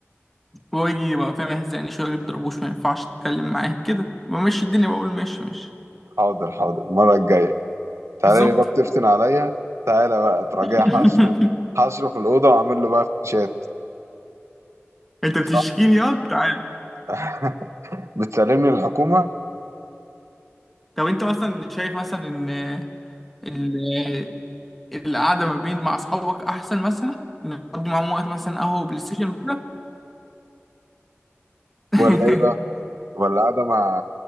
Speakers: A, in the centre; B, on the right.
A: هو يجي بقى فاهم يهزقني شويه ما يضربوش ما ينفعش تتكلم معاه كده بمشي الدنيا بقول ماشي ماشي
B: حاضر حاضر المره الجايه تعالى
A: بالظبط
B: لي بقى بتفتن عليا تعالى بقى تراجع
A: <laughs>
B: حشره حشره في الاوضه وعامل له بقى فتوشات
A: انت بتشكيني
B: صح
A: اه تعال
B: <laughs> بتسلمني الحكومه
A: طب انت مثلا شايف مثلا ان ال- القعده ما بين مع اصحابك احسن مثلا نقضي معاهم وقت مثلا قهوه وبلاي ستيشن وكده <laughs>
B: ولا ايه بقى ولا قاعده مع